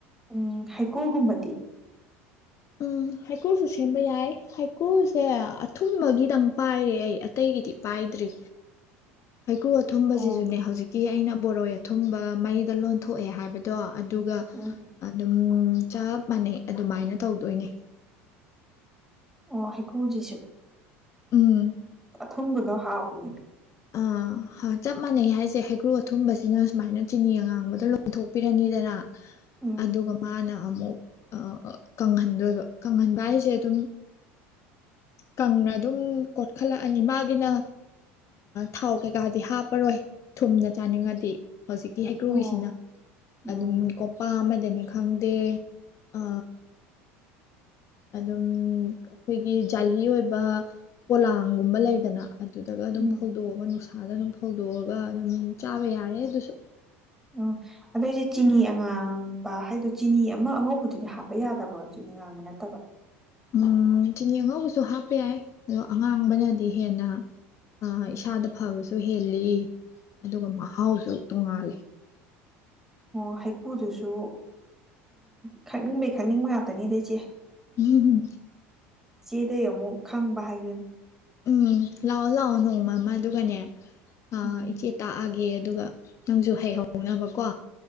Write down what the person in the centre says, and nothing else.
ꯎꯝ ꯍꯩꯀꯣꯒꯨꯝꯕꯗꯤ
ꯑꯣ
ꯎꯝ
ꯑꯣ ꯍꯥꯏꯦꯛꯀꯨꯖꯤꯁꯨ
ꯑꯊꯨꯝꯕꯗꯣ ꯍꯥꯎꯕꯅꯤ
ꯎꯝ
ꯑꯣ ꯎꯝ
ꯎꯝ
ꯎꯝ ꯑꯗꯨꯏꯁꯦ ꯆꯤꯅꯤ ꯑꯉꯥꯡꯕ ꯍꯥꯏꯗꯣ ꯆꯤꯅꯤ ꯑꯃ ꯑꯉꯧꯕꯗꯨꯗꯤ ꯍꯥꯞꯄ ꯌꯥꯗꯕ꯭ꯔꯣ ꯆꯤꯅꯤ ꯉꯥꯡꯕ ꯅꯠꯇꯕ
ꯑꯣ ꯍꯩꯀꯨ ꯗꯨꯁꯨ ꯈꯪꯅꯤꯡꯕꯩ ꯈꯪꯅꯤꯡꯕ ꯉꯥꯛꯇꯅꯤꯗ ꯏꯆꯦ
ꯆꯦ ꯗꯩ ꯑꯃꯨꯛ ꯈꯪꯕꯍꯥꯏꯗꯨꯅꯤ
ꯎꯝ